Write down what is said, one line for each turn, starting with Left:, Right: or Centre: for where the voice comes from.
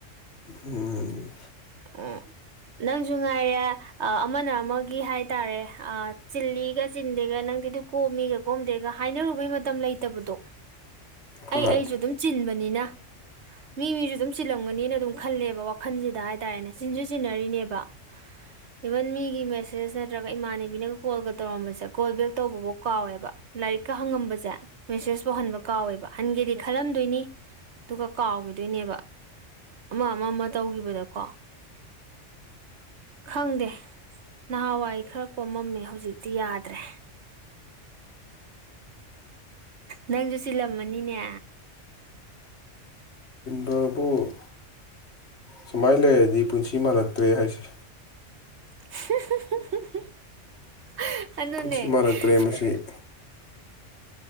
Left: ꯎꯝ
Right: <unintelligible> ꯅꯪꯁꯨ ꯉꯥꯏꯔꯦ ꯑ ꯑꯃꯅ ꯑꯃꯒꯤ ꯍꯥꯏꯇꯥꯔꯦ ꯑ ꯆꯤꯂꯤꯒ ꯆꯤꯟꯗꯦꯒ ꯅꯪꯗꯤꯗꯨ ꯀꯣꯝꯃꯤꯒ ꯀꯣꯝꯗꯦꯒ ꯍꯥꯏꯅꯔꯨꯕꯩ ꯃꯇꯝ ꯂꯩꯇꯕꯗꯣ
Left: ꯍꯣꯏ
Right: ꯑꯩ ꯑꯩꯁꯨ ꯑꯗꯨꯝ ꯆꯤꯟꯕꯅꯤꯅ ꯃꯤ ꯃꯤꯁꯨ ꯑꯗꯨꯝ ꯆꯤꯜꯂꯝꯒꯅꯤꯅ ꯑꯗꯨꯝ ꯈꯜꯂꯦꯕ ꯋꯥꯈꯟꯁꯤꯗ ꯍꯥꯏ ꯇꯥꯔꯦꯅꯦ ꯆꯤꯟꯁꯨꯨ ꯆꯤꯟꯅꯔꯤꯅꯦꯕ ꯏꯚꯟ ꯃꯤꯒꯤ ꯃꯦꯁꯦꯖ ꯅꯠꯇ꯭ꯔꯒ ꯏꯃꯥꯟꯅꯕꯤꯅꯒ ꯀꯣꯜꯒ ꯇꯧꯔꯝꯕꯁꯦ ꯀꯣꯜ ꯕꯦꯛ ꯇꯧꯕꯕꯧ ꯀꯥꯎꯋꯦꯕ ꯂꯥꯏꯔꯤꯛꯀ ꯍꯪꯉꯝꯕꯁꯦ ꯃꯦꯁꯦꯁꯄꯨ ꯍꯟꯕ ꯀꯥꯎꯋꯦꯕ ꯍꯟꯒꯦꯗꯤ ꯈꯜꯂꯝꯗꯣꯏꯅꯤ ꯑꯗꯨꯒ ꯀꯥꯎꯒꯤꯗꯣꯏꯅꯦꯕ ꯑꯃ ꯑꯃ ꯑꯃ ꯇꯧꯒꯤꯕꯗꯀꯣ ꯈꯪꯗꯦ ꯅꯍꯥꯟꯋꯥꯏ ꯈꯔ ꯀꯣꯝꯃꯝꯃꯦ ꯍꯧꯖꯤꯛꯇꯤ ꯌꯥꯗ꯭ꯔꯦ ꯅꯪꯁꯨ ꯆꯤꯜꯂꯝꯃꯅꯤꯅꯦ
Left: ꯑꯕꯨ ꯁꯨꯃꯥꯏꯅ ꯂꯩꯔꯗꯤ ꯄꯨꯟꯁꯤ ꯃꯥꯜꯂꯛꯇ꯭ꯔꯦ ꯍꯥꯏꯁꯦ
Right: ꯍꯨ ꯍꯨ ꯍꯨ ꯍꯤ
Left: ꯄꯨꯟꯁꯤ
Right: ꯑꯗꯨꯅꯦ
Left: ꯃꯥꯜꯂꯛꯇ꯭ꯔꯦ ꯃꯁꯤ